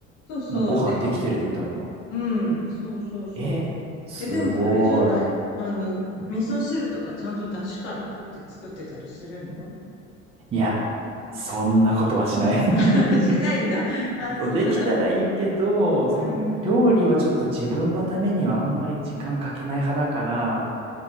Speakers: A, on the left; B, on the right.
A: そうそう、
B: もうご飯できてるみたいな。
A: できてる。うん、そうそうそう。
B: え、すごい。
A: え、でもあれじゃないあの、味噌汁とかちゃんと出汁から取って作ってたりするの
B: いや、そんなことはしない
A: <laughs> しないんだ。
B: <laughs>
A: あ、そうなんだ。
B: そうできたらいいけど、そんな料理はちょっと自分のためにはあんまり時間かけない派だから、
A: うんうん、